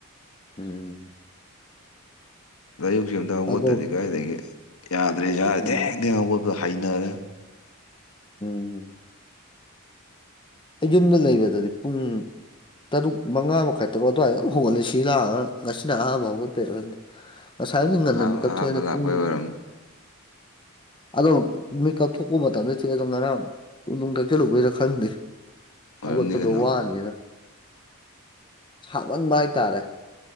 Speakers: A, on the left; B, on the left.
A: ꯎꯝ
B: ꯑꯌꯨꯛꯁꯦ ꯑꯃꯝꯇ ꯍꯧꯒꯠꯇꯗꯤ
A: ꯑꯗꯣ
B: ꯀꯥꯏꯗꯒꯤ ꯌꯥꯗ꯭ꯔꯦ ꯢꯁꯥꯁꯦ
A: ꯎꯝ
B: ꯊꯦꯡ ꯊꯦꯡ ꯍꯧꯒꯠꯄꯗ ꯍꯩꯅꯔꯦ
A: ꯎꯝ ꯑꯩ ꯌꯨꯝꯗ ꯂꯩꯕꯗꯗꯤ ꯄꯨꯡ ꯇꯔꯨꯛ ꯃꯉꯥ ꯃꯈꯥꯏ ꯇꯔꯨꯛ ꯑꯗꯨꯋꯥꯏꯗ ꯍꯣꯡꯒꯠꯂꯦ ꯁꯤ ꯂꯥꯛꯑꯒ ꯉꯁꯤꯅ ꯑꯍꯥꯟꯕ ꯍꯧꯒꯠꯄꯩꯔ ꯈꯪꯗꯦ ꯉꯁꯥꯏꯗꯤ
B: ꯎꯝ
A: ꯉꯟꯅ
B: ꯑꯍꯥꯟꯕ
A: ꯃꯤꯀꯞ
B: ꯑꯍꯥꯟꯕ
A: ꯊꯣꯛꯑꯦꯗ
B: ꯂꯥꯛꯄꯩ
A: ꯄꯨꯡ
B: ꯑꯣꯏꯔꯝꯅꯤ
A: ꯑꯗꯣ ꯃꯦꯀꯞ ꯊꯣꯛꯄ ꯃꯇꯝꯗꯗꯤ ꯑꯗꯣ ꯉꯔꯥꯡ ꯋꯨ ꯊꯥꯛꯁꯤꯜꯂꯨꯕꯩꯔ ꯈꯪꯗꯦ
B: ꯑꯣꯏꯔꯝꯅꯤ
A: ꯍꯧꯒꯠꯄꯗꯣ
B: ꯀꯩꯅꯣ
A: ꯋꯥꯅꯤꯅ ꯁꯥꯃꯥꯟꯕ ꯍꯥꯏꯇꯥꯔꯦ